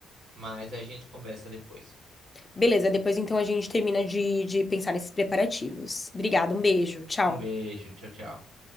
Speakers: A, on the right; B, on the left.
A: mas a gente conversa depois.
B: Beleza, depois então a gente termina de, de pensar nesses preparativos. Obrigada, um beijo, tchau.
A: Um beijo, tchau, tchau.